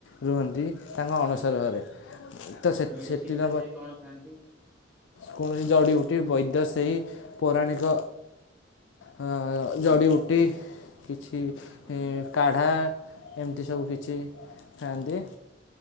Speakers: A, on the left; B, in the centre.
A: ରୁହନ୍ତି ତାଙ୍କ ଅଣସର ଘରେ। ତ
B: ମେଡିସିନ
A: ସେଦିନ
B: ରେ ସେ କଣ ଖାଆନ୍ତି?
A: କୌଣସି ଜଡ଼ିବୁଟି ବୈଦ୍ୟ ସେଇ ପୌରାଣିକ ଆ ଜଡ଼ି
B: ଓହୋ
A: ଉଟି। କିଛି ଉମ୍
B: ହୁଁ
A: କାଢ଼ା ଏମିତି ସବୁ କିଛି ଖାଆନ୍ତି।